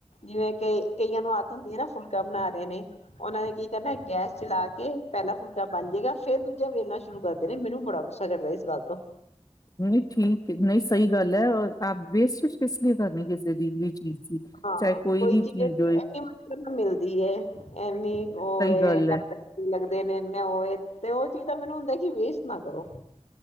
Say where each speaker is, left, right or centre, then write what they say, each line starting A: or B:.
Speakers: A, on the left; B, on the left.
A: ਜਿਵੇਂ ਕਈ ਕਈਆਂ ਨੂੰ ਆਦਤ ਹੁੰਦੀ ਹੈ ਨਾ ਫੁਲਕਾ ਬਣਾ ਰਹੇ ਨੇ। ਉਹਨਾਂ ਨੇ ਕੀ ਕਰਨਾ ਗੈਸ ਚਲਾ ਕੇ ਪਹਿਲਾਂ ਫੁਲਕਾ ਬਣ ਜੇਗਾ ਫੇਰ ਦੂਜਾ ਵੇਲਣਾ ਸ਼ੁਰੂ ਕਰਦੇ ਨੇ ਮੈਨੂੰ ਬੜਾ ਗੁੱਸਾ ਕਰਦਾ ਇਸ ਗੱਲ ਤੋਂ।
B: ਨਹੀਂ ਠੀਕ ਨਹੀਂ ਸਹੀ ਗੱਲ ਹੈ ਔਰ ਆਪ ਵੇਸਟ ਕਿਸ ਲਈ ਕਰਨੀ ਕਿਸੇ ਦੀ ਵੀ ਚੀਜ਼ ਦੀ
A: ਹਾਂ
B: ਚਾਹੇ
A: ਕੋਈ
B: ਵੀ
A: ਚੀਜ਼ ਇਨੀ
B: ਹੋਏ
A: ਮੁਸ਼ਕਲ ਨਾਲ ਮਿਲਦੀ ਹੈ ਇਨੀ ਉਹ
B: ਸਹੀ
A: ਇਹ
B: ਗੱਲ ਹੈ
A: ਲ ਦੇ ਨੇਨੇ ਉਹ ਤੇ ਉਹ ਚੀਜ਼ ਤਾਂ ਮੈਨੂੰ ਹੁੰਦਾ ਕਿ ਵੇਸਟ ਨਾ ਕਰੋ।